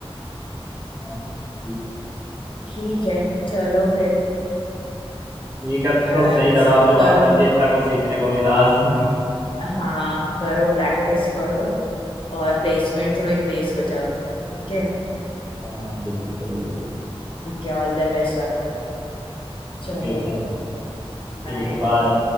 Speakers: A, on the right; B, on the left.
A: हाँ, ठीक है
B: ठीक है चलो फिर
A: ठीक है तो
B: अ,
A: सही लगा आपसे बात
B: करो
A: करके इतना कुछ सीखने को मिला आज <laughs>
B: हाँ करो प्रैक्टिस करो और प्लेसमेंट थ्रू ही प्लेस हो जाओ ठीक है
A: हाँ बिल्कुल बिल्कुल
B: ठीक है ऑल द बेस्ट आपको चलो
A: Okay thank you ठीक
B: बाय
A: है बाय